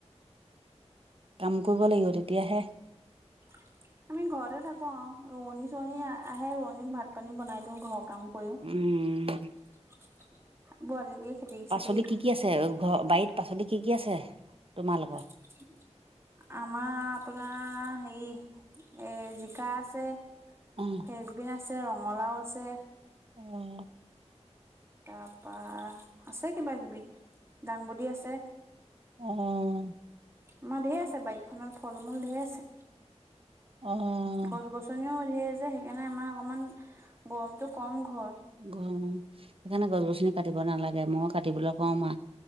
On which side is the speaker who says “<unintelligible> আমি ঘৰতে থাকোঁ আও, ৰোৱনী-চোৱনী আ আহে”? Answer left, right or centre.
Right